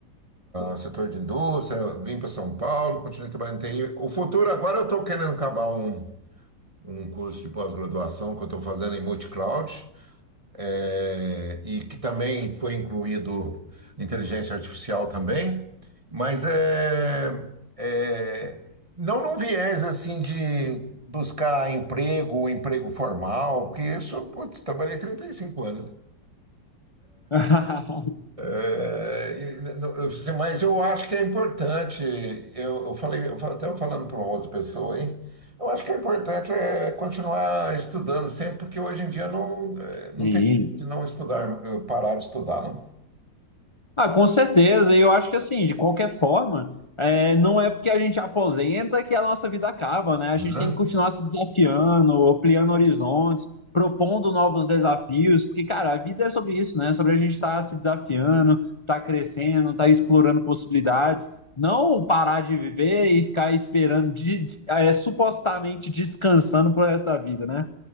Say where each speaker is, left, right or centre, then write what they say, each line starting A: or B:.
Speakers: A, on the right (about 20°); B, on the left (about 35°).
A: setor de indústria, vim para São Paulo, continuei trabalhando em TI. O futuro, agora eu estou querendo acabar um, um curso de pós-graduação que eu estou fazendo em multi-cloud. é, e que também foi incluído inteligência artificial também, mas é, é, não num viés assim de buscar emprego, emprego formal, que isso, putz, trabalhei 35 anos.
B: <laughs>
A: É, e, n- n- eu disse, mas eu acho que é importante, eu, eu falei, eu fa- estava falando para outra pessoa hein eu acho que é importante é continuar estudando sempre, porque hoje em dia não, é, não
B: Sim.
A: tem de não estudar, eh, parar de estudar, não
B: Ah, com certeza. E eu acho que assim, de qualquer forma, é, não é porque a gente aposenta que a nossa vida acaba, né? A gente
A: Aham,
B: tem que continuar se desafiando, ampliando horizontes, propondo novos desafios, porque, cara, a vida é sobre isso, né? É Sobre a gente estar se desafiando, estar crescendo, estar explorando possibilidades. Não parar de viver e ficar esperando, de, de- é, supostamente descansando pro resto da vida, né?